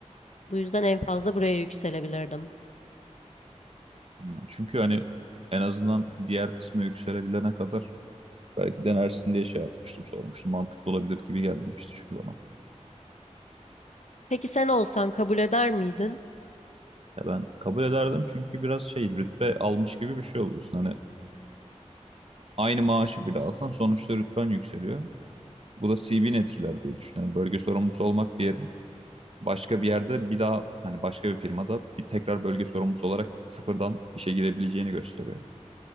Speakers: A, on the left; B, on the right.
A: Bu yüzden en fazla buraya yükselebilirdim.
B: Hmm, Çünkü hani en azından diğer kısmı yükselebilene kadar belki denersin diye şey yapmıştım, sormuştum. Mantıklı olabilir gibi gelmişti çünkü bana.
A: Peki sen olsan kabul eder miydin?
B: Ya ben kabul ederdim çünkü biraz şey rütbe almış gibi bir şey oluyorsun. Hani aynı maaşı bile alsan sonuçta rütben yükseliyor. Bu da CV'ni etkiler diye düşünüyorum. Bölge sorumlusu olmak bir yerin. Başka bir yerde bir daha hani başka bir firmada bir tekrar bölge sorumlusu olarak sıfırdan işe girebileceğini gösteriyor.